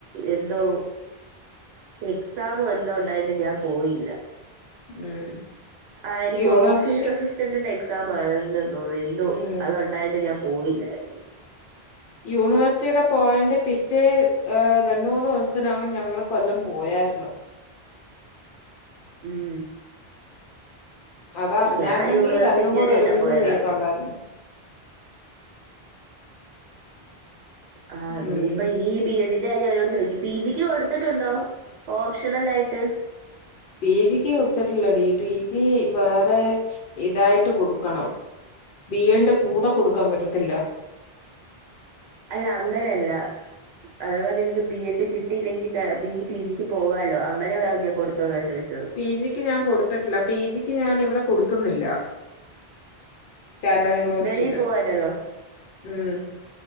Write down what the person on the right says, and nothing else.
എന്തോ എക്സാമ് എന്തോ ഉണ്ടായണ്ട് ഞാൻ പോയില്ല.
ആഹ് എനിക്ക്
ഓഫീസസ് <unintelligible> എക്സാം ആണെന്ന് തോന്നിയെന്തോ
അത് ഉണ്ടായിട്ട് ഞാൻ പോയില്ലായിര്
ഉം
ഞാൻ യൂണിവേഴ്സിറ്റി
ഒരു വട്ടം
പോയതാ
ആഹ് അതിനിപ്പ
ഇ ഈ ബി എഡിന്റെ കാര്യം അവരോട് ചോദയിക്ക്. പി ജി ക്ക് കൊടുത്തിട്ടുണ്ടോ? ഓപ്ഷണൽ ആയിട്ട്
അല്ല അങ്ങനെയല്ല അതവാ നിനക്ക് ബി എഡ് കിട്ടിയില്ലെങ്കിൽ താ ബി പി ജിക്ക് പോകാലോ. അങ്ങനെ വേ ഞാൻ കൊടുത്തോന്നാ ചോദിച്ചത്.
വെളി പോവാനെന്നോ